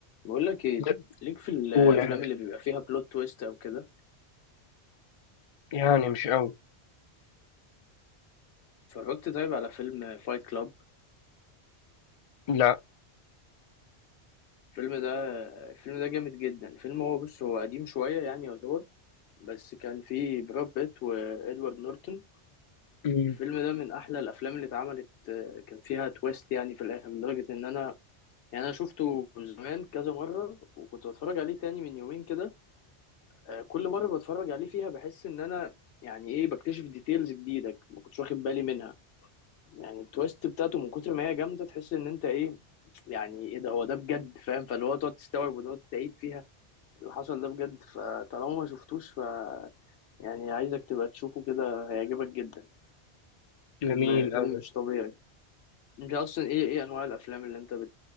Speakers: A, on the left; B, on the left.
A: بقول لك ايه
B: لا
A: ليك في الافلام
B: قول يا حبيبي
A: اللي بيبقى فيها بلوت تويست او كده
B: يعني مش قوي
A: اتفرجت طيب على فيلم فايت كلاب
B: لا
A: الفيلم ده الفيلم ده جامد جدا الفيلم هو بص هو قديم شويه يعني يعتبر بس كان فيه براد بيت وادوارد نورتون
B: مم.
A: الفيلم ده من احلى الافلام اللي اتعملت آه، كان فيها تويست يعني في الاخر لدرجه ان انا يعني انا شفته زمان كذا مره وكنت بتفرج عليه تاني من يومين كده آه، كل مره بتفرج عليه فيها بحس ان انا يعني ايه بكتشف ديتيلز جديده ما كنتش واخد بالي منها يعني التويست بتاعته من كتر ما هي جامده تحس ان انت ايه يعني ايه ده هو ده بجد فاهم فاللي هو تقعد تستوعب وتقعد تعيد فيها اللي حصل ده بجد فطالما ما شفتوش ف يعني عايزك تبقى تشوفه كده هيعجبك جدا فيلم
B: جميل
A: فيلم
B: قوي
A: مش طبيعي انت اصلا ايه ايه انواع الافلام اللي انت بت